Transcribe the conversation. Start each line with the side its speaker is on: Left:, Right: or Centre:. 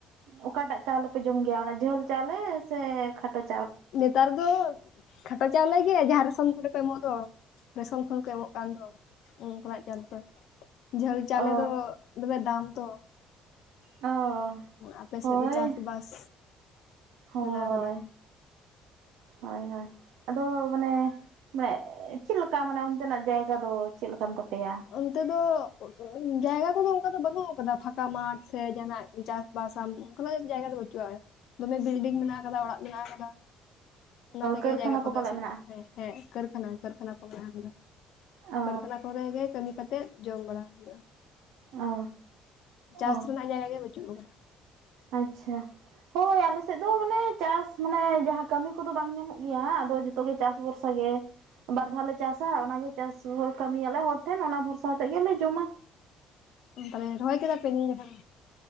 Right: ᱚᱠᱟᱴᱟᱜ ᱪᱟᱣᱞᱮ ᱯᱮ ᱡᱚᱢ ᱜᱮᱭᱟ ᱚᱱᱟ ᱡᱷᱟᱹᱞ ᱪᱟᱣᱞᱮ ᱥᱮ ᱠᱷᱟᱴᱚ ᱪᱟ
Left: ᱱᱮᱛᱟᱨ ᱫᱚ ᱠᱷᱟᱴᱚ ᱪᱟᱣᱞᱮ ᱜᱮ ᱡᱟᱦᱟᱸ ᱨᱮᱥᱚᱱ ᱠᱚᱨᱮ ᱠᱚ ᱮᱢᱚᱜ ᱫᱚ ᱨᱮᱥᱚᱱ ᱠᱷᱚᱱ ᱠᱚ ᱮᱢᱚᱜ ᱠᱟᱱ ᱫᱚ ᱚᱱᱠᱟᱱᱟᱜ ᱪᱟᱥ ᱫᱚ ᱡᱷᱟᱹᱞ ᱪᱟᱣᱞᱮ
Right: ᱚ
Left: ᱫᱚ ᱫᱚᱢᱮ ᱫᱟᱢ ᱛᱚ
Right: ᱚ
Left: ᱟᱯᱮ
Right: ᱦᱳᱭ
Left: ᱥᱮᱫ ᱫᱚ ᱪᱟᱥᱵᱟᱥ
Right: ᱦᱳᱭ
Left: ᱢᱮᱱᱟᱜ ᱟᱠᱟᱫᱟ
Right: ᱦᱳᱭ ᱦᱳᱭ ᱟᱫᱚ ᱢᱟᱱᱮ ᱢᱟᱱᱮ ᱪᱮᱫ ᱞᱮᱠᱟ ᱢᱟᱱᱮ ᱚᱱᱛᱮᱱᱟᱜ ᱡᱟᱭᱜᱟ ᱫᱚ ᱪᱮᱫ ᱞᱮᱠᱟᱱ ᱛᱟᱯᱮᱭᱟ
Left: ᱚᱱᱛᱮ ᱫᱚ ᱡᱟᱭᱜᱟ ᱠᱚᱫᱚ ᱚᱱᱠᱟ ᱫᱚ ᱵᱟᱹᱱᱩᱜ ᱟᱠᱟᱫᱟ ᱯᱷᱟᱸᱠᱟ ᱢᱟᱴᱷ ᱥᱮ ᱡᱮᱱᱟᱜ ᱪᱟᱥᱵᱟᱥ ᱟᱢ ᱚᱱ ᱡᱟᱭᱜᱟ ᱨᱮ ᱵᱟᱹᱪᱩᱜᱼᱟ ᱫᱚᱢᱮ ᱵᱤᱞᱰᱤᱝ ᱢᱮᱱᱟᱜ ᱟᱠᱟᱫᱟ ᱚᱲᱟᱜ ᱢᱮᱱᱟᱜ ᱟᱠᱟᱫᱟ ᱚᱱᱟ ᱛᱮᱜᱮ
Right: ᱠᱟᱹᱨᱠᱷᱟᱱᱟ
Left: ᱡᱟᱭᱜᱟ
Right: ᱠᱚ
Left: ᱠᱚᱫᱚ
Right: ᱯᱟᱞᱮᱜ
Left: ᱮᱥᱮᱫ
Right: ᱢᱮᱱᱟᱜᱼᱟ
Left: ᱦᱮᱸ ᱦᱮᱸ ᱠᱟᱹᱨᱠᱷᱟᱱᱟ ᱠᱟᱹᱨᱠᱷᱟᱱᱟ ᱠᱚ ᱢᱮᱱᱟᱜ ᱟᱠᱟᱫᱟ
Right: ᱚ
Left: ᱠᱟᱹᱨᱠᱷᱟᱱᱟ ᱠᱚᱨᱮ ᱜᱮ ᱠᱟᱛᱮ ᱡᱚᱢ ᱵᱟᱲᱟ ᱦᱩᱭᱩᱜᱼᱟ
Right: ᱚ
Left: ᱪᱟᱥ
Right: ᱚ
Left: ᱨᱮᱱᱟᱜ ᱡᱟᱭᱜᱟ ᱜᱮ ᱵᱟᱹᱪᱩᱜ ᱟᱠᱟᱫᱟ
Right: ᱟᱪᱪᱷᱟ ᱦᱳᱭ ᱟᱞᱮ ᱥᱮᱫ ᱫᱚ ᱢᱟᱱᱮ ᱪᱟᱥ ᱢᱟᱱᱮ ᱡᱟᱦᱟᱸ ᱠᱟᱹᱢᱤ ᱠᱚ ᱫᱚ ᱵᱟᱝ ᱧᱟᱢᱚᱜ ᱜᱮᱭᱟ ᱟᱫᱚ ᱡᱚᱛᱚ ᱜᱮ ᱪᱟᱥ ᱵᱷᱚᱨᱥᱟ ᱜᱮ ᱵᱟᱨ ᱫᱷᱟᱣᱞ ᱞᱮ ᱪᱟᱥ-ᱟ ᱚᱱᱟᱜᱮ ᱪᱟᱥ ᱠᱟᱹᱢᱤ ᱭᱟᱞᱮ ᱦᱚᱲ ᱴᱷᱮᱱ ᱚᱱᱟ ᱵᱷᱚᱨᱥᱟ ᱠᱟᱛᱮᱫ ᱜᱮ ᱞᱮ ᱡᱚᱢᱟ
Left: ᱛᱟᱦᱞᱮ ᱨᱚᱦᱚᱭ ᱠᱮᱫᱟ ᱯᱮ ᱱᱤᱭᱟᱹ ᱫᱷᱟᱣ